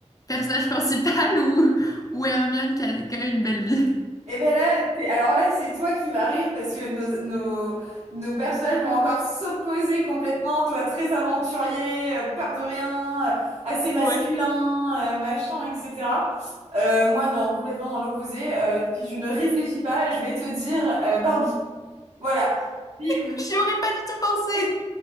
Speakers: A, on the left (about 30°); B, on the right (about 65°).
A: Personnage <laughs> principal ou... ou Hermione qui a quand même une belle vie.
B: Eh ben là, c'est- alors là, c'est toi qui vas rire parce que nos, nos, nos personnages vont encore s'opposer complètement. Toi, très aventurier, euh, peur de rien, euh, assez masculin,
A: Ouais.
B: euh, machin, etc. Euh, moi, dans, complètement dans l'opposé. Euh, si je ne réfléchis pas, je vais te dire euh, Barbie. Voilà. Puis,
A: J'y aurais pas du tout pensé.
B: <laughs>